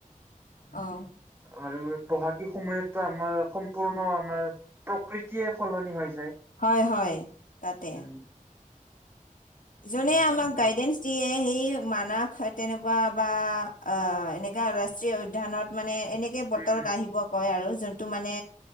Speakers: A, on the left; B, on the right.
A: অ'।
B: আৰু বহাগী সময়তো আমাৰ, সম্পূৰ্ণ আমাৰ প্ৰকৃতিয়ে সলনি হৈ যায়।
A: হয়, হয়, তাতে
B: উম
A: যোনে আমাক
B: আচ্ছা।
A: গাইডেন্স দিয়ে, সি মানাস তেনেকুৱা বা আহ এনেকা ৰাষ্ট্ৰীয় উদ্যানত মানে এনেকে বতলৰত
B: উম
A: আহিব কয় আৰু, যোনটো মানে